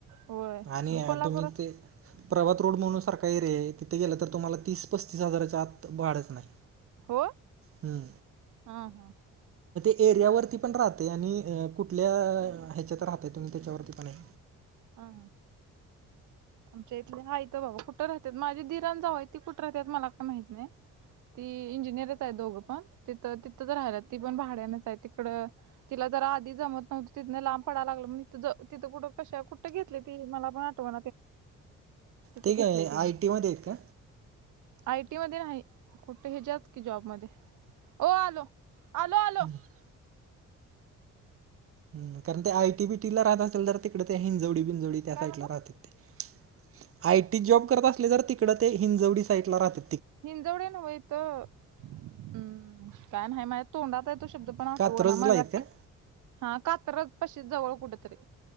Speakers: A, on the right; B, on the right.
A: होय
B: आणि
A: कोल्हापुरात
B: तुम्ही ते प्रभात रोड म्हणून सारखा एरे आहे तिथे गेलं तर तुम्हाला तीस पस्तीस हजाराच्या आत वाढत नाही
A: हो
B: हम्म
A: हा हा
B: एरियावररती पण राहते आणि कुठल्या ह्याच्यात राहते तुम्ही त्याच्यावरती पण आहे
A: ह हां आमच्या इथले हाय तर बाबा कुठं राहतात माझी धराण जाऊय ती कुठ राहात मला काय माहती नाही ती इंजिनियरच आहे दोघं पण तिथं तिथंच राहिला ती पण भाड्यानच आहे तिकड तिला जरा आधी जमत नव्हतं तिथं लांब पडा लागलं मग तथं कुठं कशा कुठ घेतले ती मला पण आठव तिथे
B: ते
A: घेतले
B: काय
A: तिने
B: आय टी मध्ये आहेत का?
A: आयटी मध्ये नाही कुठे हिच्याात की जॉबमध्ये आलो आलो आल
B: ह् हम कारण ते आयटीबीटी ला राहत असेल तर तिकडे ते हिंजवडी बिंजोडी त्या
A: काय
B: साईडला
A: म्हणला
B: राहतेात ते आय टी जॉब करत असले तर तिकडं ते हिंजवडी साईडला राहात
A: हिंजवडे नव इथ हम् काय नाही माझ्या तोंडात तो शब्द पण आठव
B: कात्रजला
A: ना मगा
B: आहेत का?
A: हा कात पशी जवळ कुठेतरी